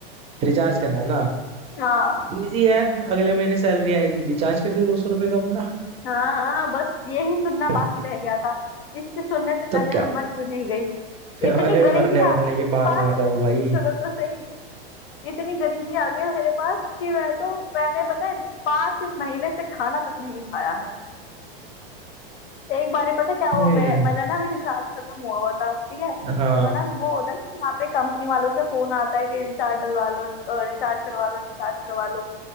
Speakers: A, on the right; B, on the left.
A: रिचार्ज करना है ना
B: हाँ
A: इजी है अगले महीने सैलरी आएगी रिचार्ज कर दे दो सौ रुपए का अपना
B: हाँ हाँ बस यही सुनना
A: <laughs>
B: बाकी रह गया था इससे सुनने से पहले
A: तो क्या
B: मैं मर क्यों नहीं गई
A: <laughs> अरे
B: इतनी गरीबी
A: मरने मरने
B: आ गई है
A: की
B: मेरे
A: बात
B: पास
A: ना
B: सुनो
A: करो भाई
B: तो सही इतनी गरीबी आ गई है मेरे पास कि मैं तो मैंने पता है पांच महीने से खाना तक नहीं खाया है एक बार ही पता क्या हुआ
A: हम्म,
B: मेरा मेरा ना अभी रिचार्ज खत्म हुआ हुआ था ठीक है
A: हाँ
B: तो ना वो होता है ना वहाँ पे कंपनी वालों से फोन आता है कि रिचार्ज डलवा लो रिचार्ज करवा लो रिचार्ज करवा लो